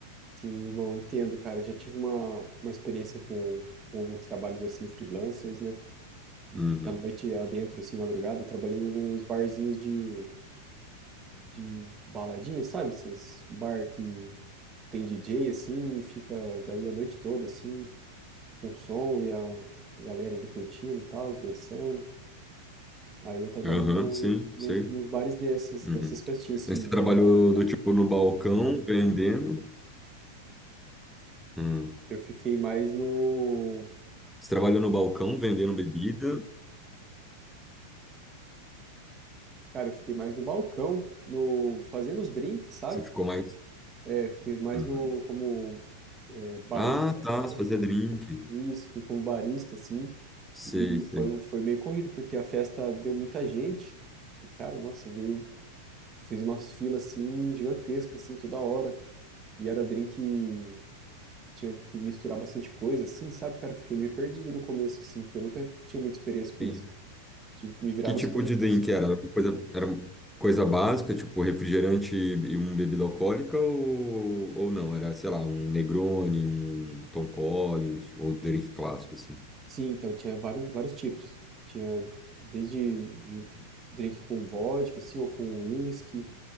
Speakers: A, on the right (about 25°); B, in the centre.
A: Sim, irmão, entendo, cara. Eu já tive uma, uma experiência com, com alguns trabalhos assim, freelancers, né?
B: Uhum.
A: Da noite adentro, assim, madrugada, eu trabalhei em alguns barzinhos de, de baladinha, sabe? Esses bar que tem DJ, assim, e fica daí a noite toda, assim, com som e a, a galera ali curtindo e tal, dançando. Aí eu trabalhei
B: Aham,
A: no,
B: sim,
A: nos
B: sei.
A: nos bares dessas,
B: Uhum.
A: dessas festinhas, assim,
B: Mas Você trabalhou
A: e é,
B: do tipo no balcão, vendendo? Hum.
A: eu fiquei mais no.
B: Você trabalhou no balcão vendendo bebida?
A: Cara, eu fiquei mais no balcão, no fazendo os drinks, sabe?
B: Você ficou mais.
A: É, fiquei mais
B: Aham.
A: no, como é, barista
B: Ah, tá.
A: ali, sabe?
B: Você fazia drink.
A: Isso, fiquei como barista, assim.
B: Sei,
A: E
B: sei.
A: foi, foi meio corrido, porque a festa deu muita gente. E, cara, nossa, veio. Fiz umas filas, assim, gigantescas, assim, toda hora. E era drink que tinha que misturar bastante coisa, assim, sabe, cara? Eu Fiquei meio perdido no começo, assim, porque eu nunca tinha muita experiência com
B: Entendi.
A: isso. Tive que me virar
B: Que
A: nos
B: tipo
A: trinta
B: de drink
A: assim.
B: era? Era uma coisa, era uma coisa básica, tipo refrigerante e uma bebida alcoólica, ou, ou não? Era, sei lá, um Negroni, um Tom Collins, ou drink clássico, assim.
A: Sim, então tinha vários, vários tipos. Tinha desde de drink com vodka, assim, ou com uísque.